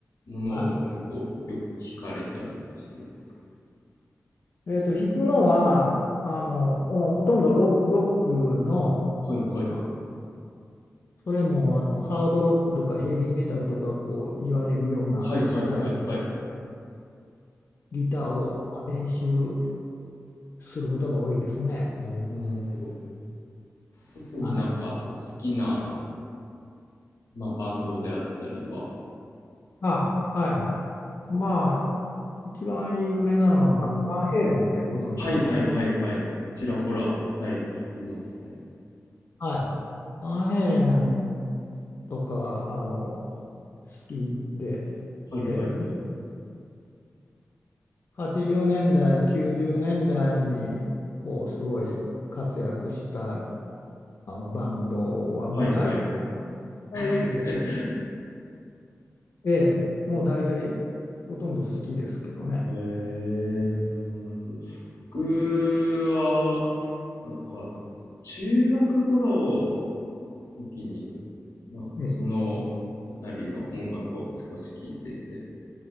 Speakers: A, on the left; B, on the left.
A: ものを結構よく弾かれたりするんですか
B: はいえっと、弾くのは、あの、もうほとんどロ、ロックの、
A: はいはい。
B: あ、それもあのハードロックとかヘビーメタルとかこう言われるようなタイプ、
A: はいはいはいはい。
B: ギターをまあ練習することが多いですね。
A: なるほどなるほど。特になんか好きな
B: はい。
A: まあ、バンドであったりは。
B: あ、はいはい。まあ、一番有名なのはバ、バンヘイレンってご存知ですかね。
A: はいはいはいはい。ちらほら、はい、聞きますね。
B: はい。バンヘイレンとか、あの、好きで、
A: はいはいはい。
B: ええ80年代、90年代にこうすごい活躍したあのバンドはもう大
A: はいはい。
B: 体、
A: <laughs> へ
B: ええ、もう大体ほとんど好きですけどね。
A: えなるほどなるほど。僕は、なんか、中学頃の時に、まあ、そのあたりの音楽を少し聴いていて、
B: ええ、